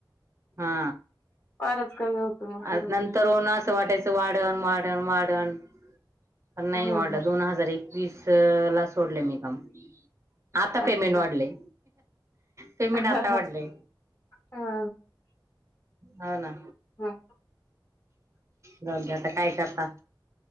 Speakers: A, on the right; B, on the left.
A: हा
B: फारच कमी होतो मग
A: आज
B: खर
A: नंतर
B: तर
A: असं वाटायचं वाढन वाढन वाढन पण नाय
B: हा
A: वाढलं
B: हा
A: दोन हजार एकवीस ला सोडल मी काम. आता पेमेंट
B: अच्छा
A: वाढलय. पेमेंट
B: हा
A: आता
B: हा
A: वाढलय
B: हा
A: हाव ना.
B: हा
A: जाऊन आता काय करता